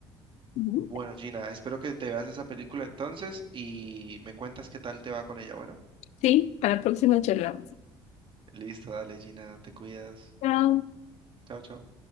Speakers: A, on the left; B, on the right.
A: Ujú.
B: Bueno, Gina, espero que te veas esa película entonces y me cuentas qué tal te va con ella. Bueno,
A: Sí, a la próxima charlamos.
B: listo, dale, Gina, te cuidas.
A: Chao.
B: Chao, chao.